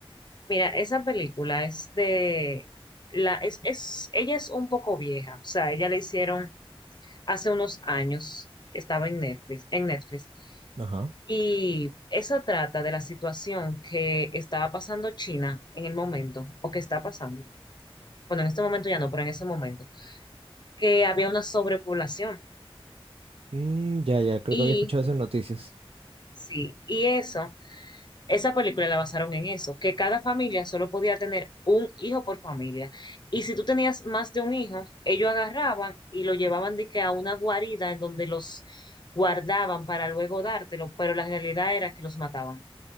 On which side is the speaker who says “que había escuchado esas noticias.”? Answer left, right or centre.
Right